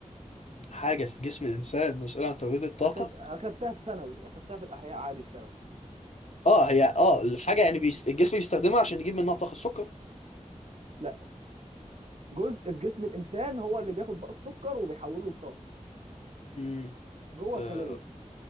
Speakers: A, on the left (about 65°); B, on the right (about 55°).
A: حاجة في جسم الإنسان مسؤولة عن توليد الطاقة
B: أخد... اخدتها في ثانوي اخدتها في الاحياء عادي في ثانوي
A: اه هي اه الحاجه يعني بيس... الجسم بيستخدمها عشان يجيب منها طاقه السكر
B: لا جزء في جسم الانسان هو اللي بياخد بقى السكر وبيحوله لطاقه
A: امم
B: جوه
A: آه
B: الخليه